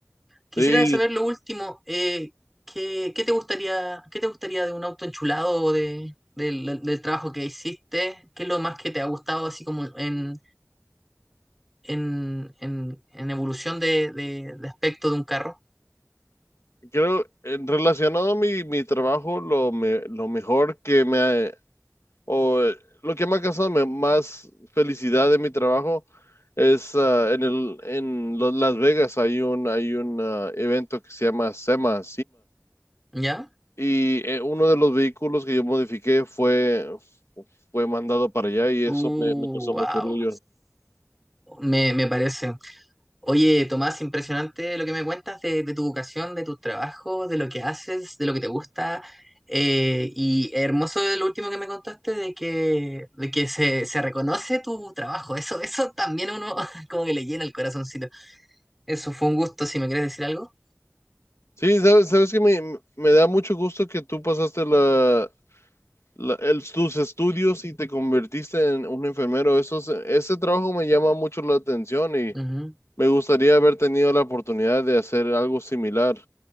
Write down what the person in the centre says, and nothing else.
Quisiera
saber lo último, eh, ¿qué, qué te gustaría, qué te gustaría de un auto enchulado o de, del del trabajo que hiciste? ¿Qué es lo más que te ha gustado así como en en, en- en evolución de, de- de aspecto de un carro,
¿ya?
Uh, wow.
Me, me parece. Oye, Tomás, impresionante lo que me cuentas de, de tu vocación, de tus trabajos, de lo que haces, de lo que te gusta. Eh, y hermoso lo último que me contaste de que, de que se, se reconoce tu trabajo. Eso, eso también a uno <laughs> como que le llena el corazoncito. Eso fue un gusto, si me quieres decir algo.
Ujú.